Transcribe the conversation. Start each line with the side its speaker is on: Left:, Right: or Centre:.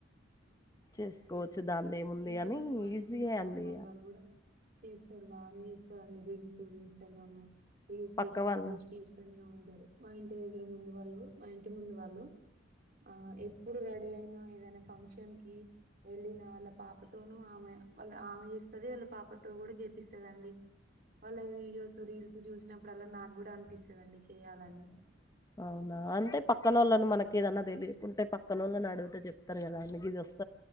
Right: అసలు
Left: చేసుకోవచ్చు
Right: తెలీదండి
Left: దాందేముంది
Right: ఇంటి
Left: అని
Right: ముందు మా
Left: ఈజీయే
Right: ఇంటి ముందు
Left: అండి
Right: అమ్మాయి వాళ్ళు కూడా చేస్తారు బాగానే చేస్తారు అని రీల్స్ ఇన్స్టాగ్రామ్ లో రీల్స్
Left: పక్క
Right: చేస్తారు
Left: వాళ్ళు
Right: పోస్ట్ చేస్తానే ఉం మా ఇంటి దగ్గర ముందు వాళ్ళు మా ఇంటి ముందు వాళ్ళు ఆ ఎప్పుడు రెడీ అయినా ఏదైనా ఫంక్షన్ వెళ్ళిన వాళ్ళ పాపతోనూ ఆమె వాళ్ళ ఆమె చేసి చేస్తదీ వాళ్ళ పాపతో కూడా చేపిస్తదండి వాళ్ళ వి డియోస్ రీల్స్ చూసినప్పుడల్లా నాకు కూడా అనిపిస్తుందండి చెయాలని
Left: అవునా అంటే పక్కన వాళ్ళను మనకి ఏదన్నా తెలియకుంటే పక్కన వాళ్ళని అడిగితే చెప్తారు కదా అన్నగి ఇది వస్త